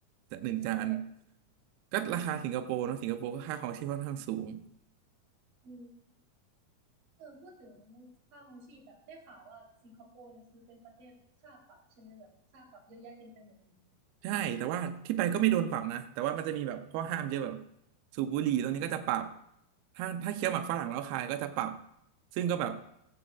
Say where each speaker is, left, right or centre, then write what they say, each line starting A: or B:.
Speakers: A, on the right (about 85°); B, on the right (about 60°).
A: จากหนึ่งจาน
B: โอ้โห
A: ก็ราคาสิงคโปร์เนอะสิงคโปร์ก็ค่าครองชีพค่อนข้างสูง
B: อืมอืมเออพูดถึงค่าครองชีพแบบได้ข่าวว่าสิงคโปร์เนี่ยคือเป็นประเทศค่าปรับใช่ไหมแบบค่าปรับเยอะแยะเต็มไปหมดเลย
A: ใช่แต่ว่าที่ไปก็ไม่โดนปรับนะแต่ว่ามันจะมีแบบข้อห้ามเยอะแบบสูบบุหรี่ตรงนี้ก็จะปรับถ้าถ้าเคี้ยวหมากฝรั่งแล้วคายก็จะปรับซึ่งก็แบบ